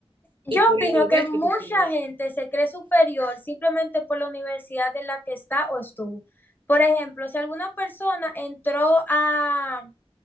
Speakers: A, on the left (about 20°); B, on the right (about 55°).
A: Yo
B: y por
A: opino
B: el nivel
A: que mucha
B: que tú tienes.
A: gente se cree superior simplemente por la universidad en la que está o estuvo. Por ejemplo, si alguna persona entró a,